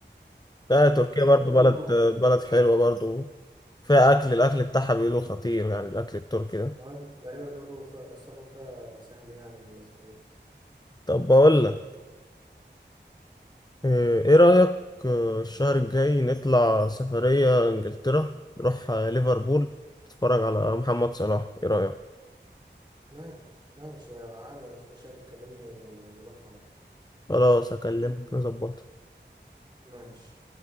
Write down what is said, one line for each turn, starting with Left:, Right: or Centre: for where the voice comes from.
Left: لا تركيا
Right: وكمان
Left: برضو
Right: بيقولوا
Left: بلد بلد حلوة برضو فيها اكل الاكل بتاعها بيقولوا خطير يعني الاكل التركي ده
Right: كمان تقريبا بيقولوا فيها- السفر فيها سهل يعني للمصريين
Left: طب بقول لك إيه إيه رأيك آه، الشهر الجاي نطلع سفرية إنجلترا نروح آه، ليفربول نتفرج على محمد صلاح إيه رأيك؟
Right: ماشي ماشي يا علي مش مشاكل كلمني ونروح معاهم
Left: خلاص أكلمك نظبط
Right: ماشي